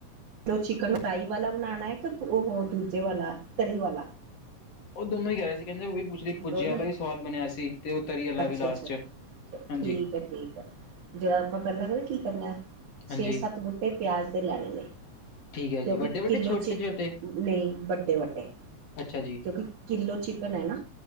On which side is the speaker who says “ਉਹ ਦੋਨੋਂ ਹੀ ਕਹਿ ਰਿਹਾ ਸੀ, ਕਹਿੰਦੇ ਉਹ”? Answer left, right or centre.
Left